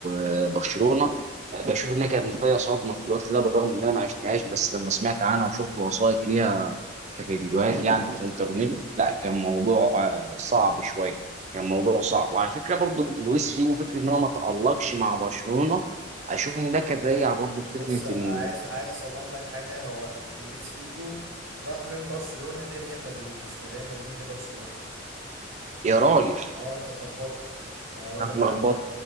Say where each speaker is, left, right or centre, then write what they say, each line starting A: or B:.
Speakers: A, on the right (about 35°); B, on the right (about 85°).
A: آه، برشلونه آه، بشوف انها كانت فيها صدمه في الوقت ده بالرغم ان انا ما عشتهاش بس لما سمعت عنها وشفت وثائق ليها كفيديوهات يعني على الانترنت لا كان موضوع آه، صعب شويه كان موضوع صعب وعلى فكره برضو لويس فيجو فكره ان هو ما تالقش مع برشلونه اشوف ان ده كان راجع برضو
B: بص
A: لفكره
B: عايز
A: ان
B: عايز اصلح لك حاجة هو لويس فيجو راح من برشلونة لريال مدريد مش من ريال مدريد لبرشلونة
A: يا راجل
B: اه انت اتلخبطت يعني هو كان
A: أنا اتلخبطت
B: بيلعب في